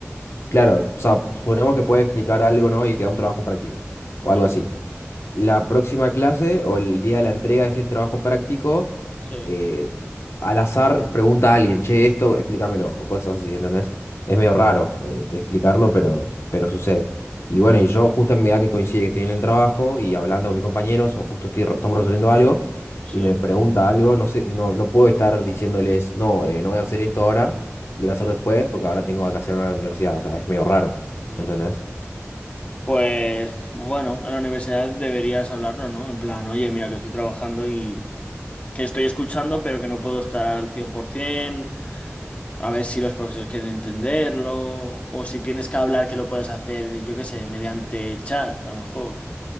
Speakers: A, on the left; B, on the left.
A: Claro, o sea, suponemos que puede explicar algo, ¿no? Y que da un trabajo práctico o
B: Y
A: algo
B: él,
A: así. La próxima clase o el día de la entrega de ese trabajo práctico
B: sí,
A: eh, al azar pregunta a alguien, che, esto, explícamelo, o cosas así, ¿entendés? Es medio raro eh, de explicarlo, pero, pero sucede. Y
B: ya,
A: bueno, y yo justo en mi edad que coincide que estoy en el trabajo y hablando con mis compañeros, o justo estoy re- estamos resolviendo algo,
B: sí,
A: y me pregunta algo, no sé, no, no puedo estar diciéndoles, no, eh, no voy a hacer esto ahora, lo voy a hacer después, porque ahora tengo que hacerlo en la universidad, o sea, es medio raro,
B: ya.
A: ¿entendés?
B: Pues bueno, en la universidad deberías hablarlo, ¿no? En plan, oye, mira que estoy trabajando y que estoy escuchando, pero que no puedo estar al 100%, a ver si los profesores quieren entenderlo, o si tienes que hablar que lo puedas hacer, yo qué sé, mediante chat, a lo mejor,